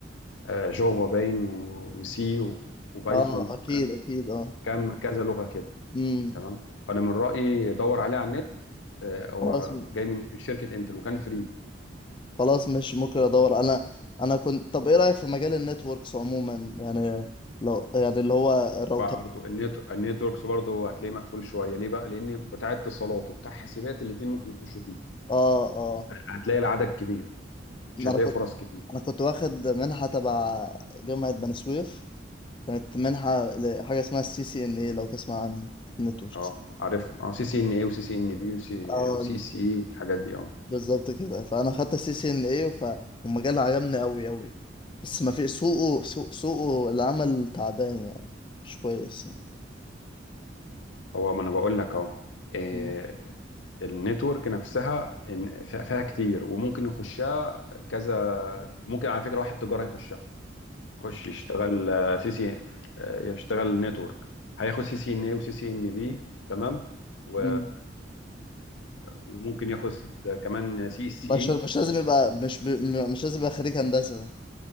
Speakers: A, on the left; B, on the left.
A: آه، جافا باين وسي وبايثون
B: اه
A: والكلام
B: اكيد اكيد اه
A: كام كذا لغه كده
B: امم
A: تمام فانا من رايي دور عليه على النت آه، هو
B: خلاص
A: جاي من شركه انتل وكان فري
B: خلاص مش ممكن ادور انا انا كنت طب ايه رايك في مجال النتوركس عموما يعني لو يعني اللي هو الراوتر
A: برضه النت النتوركس برضه هتلاقيه مقفول شويه ليه بقى لان بتاع اتصالات وبتاع حاسبات الاثنين ممكن يخشوا فيه
B: اه اه
A: هتلاقي العدد كبير مش
B: انا
A: هتلاقي
B: كنت
A: فرص كتير
B: انا كنت واخد منحه تبع جامعه بني سويف كانت منحه لحاجه اسمها السي سي ان اي لو تسمع عنها النتوركس
A: اه عارف اه سي سي ان اي وسي سي ان بي وسي
B: اه
A: وسي سي اي والحاجات دي اه
B: بالظبط كده فانا خدت السي سي ان اي ف والمجال عجبني قوي قوي بس ما في سوقه سوق سوقه العمل تعبان يعني مش كويس
A: هو ما انا بقول لك اهو آه،
B: مم.
A: النتورك نفسها إن- فيها فيها كتير وممكن يخشها كذا ممكن على فكره واحد تجاره يخشها خش يشتغل آه، سي سي آه، يشتغل نتورك هياخد سي سي ان اي وسي سي ان بي تمام و...
B: مم.
A: وممكن ياخد كمان سي اس
B: بشر
A: اي
B: مش لازم يبقى مش ب... م- مش لازم يبقى خريج هندسة